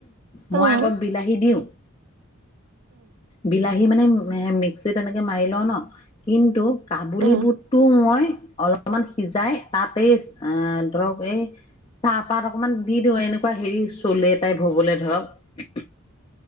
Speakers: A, on the left (about 25°); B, on the right (about 60°).
A: মই
B: অ
A: আকৌ বিলাহী দিওঁ, বিলা এই মানে মিক্সিত এনেকে মাৰি লওঁ ন কিন্তু কাবুলী
B: অ অ
A: বুটটো মই অলপমান সিজাই তাতেই এএ ধৰক এই চাহপাত অকমান দি দিওঁ এনেকুৱা হেৰি চলে টাইপ হবলে ধৰক৷